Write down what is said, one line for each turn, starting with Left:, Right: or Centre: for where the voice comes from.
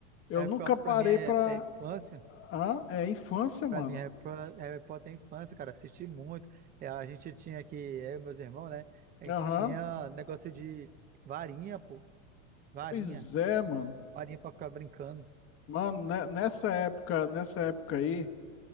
Left: eu
Right: é
Left: nunca
Right: pra pra
Left: parei
Right: mim é,
Left: pra.
Right: é infância.
Left: Ah, é infância,
Right: Pra
Left: mano.
Right: mim, Harry Po- Harry Potter é infância, cara. Assisti muito. É, a gente tinha aqui, eu e meus irmãos, né? A gente
Left: Aham.
Right: tinha negócio de varinha, pô. Varinha.
Left: Pois é, mano.
Right: Parinha pra ficar brincando.
Left: Mano, ne- nessa época, nessa época aí,